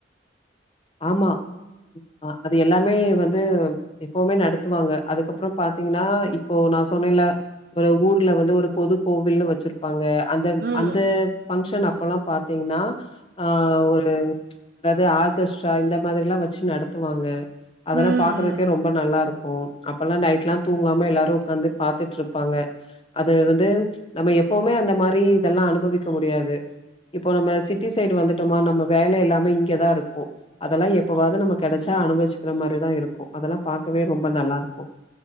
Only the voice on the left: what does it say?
ஆமா அ அது எல்லாமே வந்து எப்பவுமே நடத்துவாங்க அதுக்கப்றோ பாத்தீங்னா இப்போ நா சொன்னேல்ல ஒரு ஊர்ல வந்து ஒரு பொது கோவில்னு வச்சிருப்பாங்க அந்த
அந்த ஃபங்க்ஷன் அப் அப்பல்லா பாத்தீங்கன்னா ஆ ஒரு அதாவ்து ஆர்கஸ் டா இந்த மாதிரில்லா வச்சு நடத்துவாங்க அதெல்லா
பாக்குறதுக்கே
ரொம்ப நல்லா இருக்கு அப்பல்லா நைட்லா தூங்காம எல்லாரு உக்காந்து பாத்துட்டுருப்பாங்க அது வந்து நம்ம எப் எப்பவுமே அந்த மாரி இதெல்லா அனுபவிக்க முடியாது இப்போ நம்ம சிட்டி சைடு வந்துட்டோமா நம்ம வேல எல்லாமே இங்கேதா இருக்கு அதெல்லா எப்பவாது நம்ம கடச்சா அனுபவிச்சக்கிற மாரிதா இருக்கு அதெல்லா பாக்கவே ரொம்ப நல்லா இருக்கு